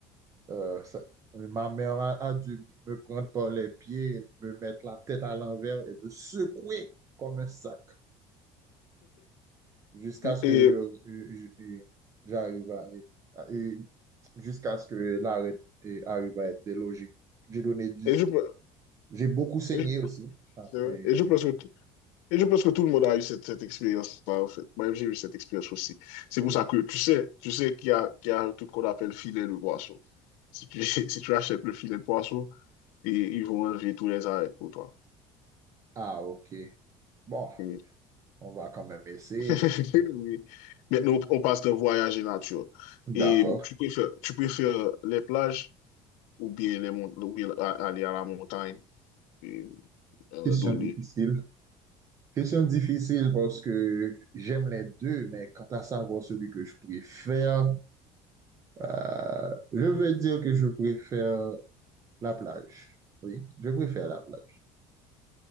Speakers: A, on the right; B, on the left.
A: Euh, ça- ma mère a, a dû me prendre par les pieds, me mettre la tête à l'envers et me secouer comme un sac jusqu'à ce
B: Et,
A: que je, je- je- j'arrive à, à- et jusqu'à ce que l'arrêt et arrive à être délogé. J'ai donné 10.
B: et je, pe-
A: J'ai beaucoup saigné
B: et je
A: aussi. Ah, et-
B: et je
A: et-
B: pense que Et je pense que tout le monde a eu cette, cette expérience-là, en fait. Moi, j'ai eu cette expérience aussi. C'est
A: oui.
B: pour ça que tu sais, tu sais qu'il y a, qu'il y a tout ce qu'on appelle filet de poisson. Si tu, <laughs> si tu achètes le filet de poisson, et, ils vont enlever tous les arrêts pour toi.
A: Ah, ok. Bon,
B: Mm.
A: on va quand même essayer.
B: <laughs> Oui. Maintenant, on passe de voyage et nature.
A: D'accord.
B: Et tu préfères, tu préfères les plages ou bien, les, mont- ou bien a- aller à la montagne et euh,
A: Question
B: donner.
A: difficile. Question difficile parce que j'aime les deux, mais quant à savoir celui que je préfère, euh, je veux dire que je préfère la plage. Oui, je préfère la plage.